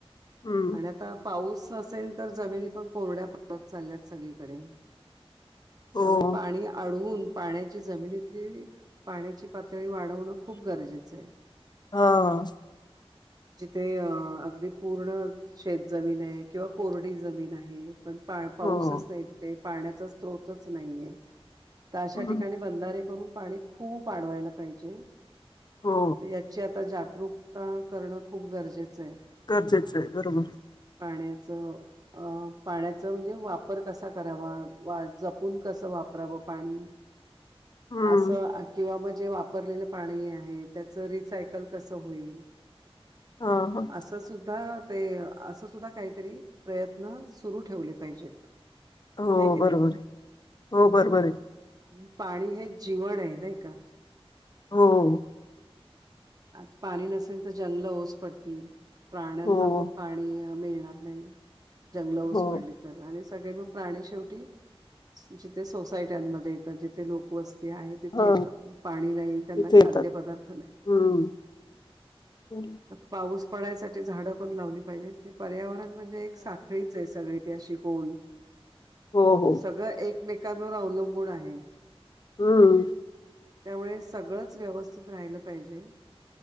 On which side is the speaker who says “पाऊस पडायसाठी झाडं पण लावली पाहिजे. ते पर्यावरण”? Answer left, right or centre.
Right